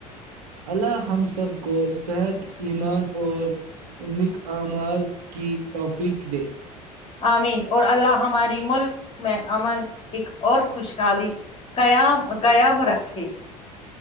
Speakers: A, on the right (about 70°); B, on the left (about 30°).
A: اللہ ہم سب کو صحت ایمان اور نکمال کی توفیق دے
B: آمین اور اللہ ہماری ملک میں امن ایک اور خوشحالی قیام قیام رکھے